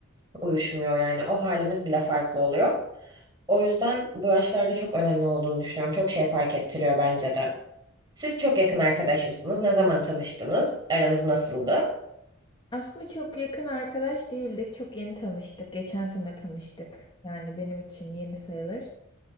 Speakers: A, on the right; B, on the left.
A: uyuşmuyor. Yani o halimiz bile farklı oluyor. O yüzden bu yaşlarda çok önemli olduğunu düşünüyorum. Çok şey fark ettiriyor bence de. Siz çok yakın arkadaş mısınız? Ne zaman tanıştınız? Aranız nasıldı?
B: Aslında çok yakın arkadaş değildik. Çok yeni tanıştık. Geçen sene tanıştık. Yani benim için yeni sayılır.